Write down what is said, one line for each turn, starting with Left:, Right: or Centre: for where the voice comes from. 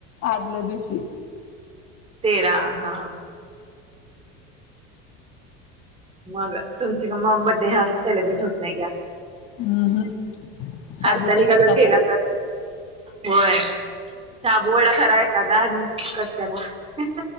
Left: आदल्या दिवशी
Right: तेरा हा मग तुमच म बड्डे हा अस सेलिब्रेट होत नाही ग्या
Left: हम्म हम्म शाबूचा
Right: हारतालिका
Left: केक
Right: जर
Left: कापायचा
Right: केला तर होय साबूवाडा खरा आहे कादा आणि कट करा